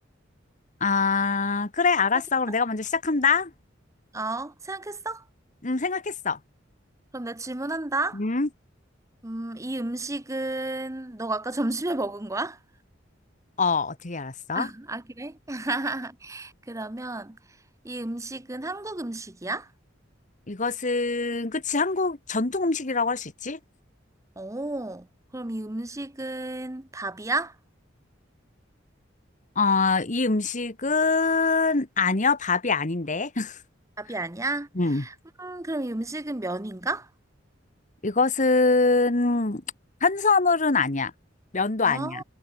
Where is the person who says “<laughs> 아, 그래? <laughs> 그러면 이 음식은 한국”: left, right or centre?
Right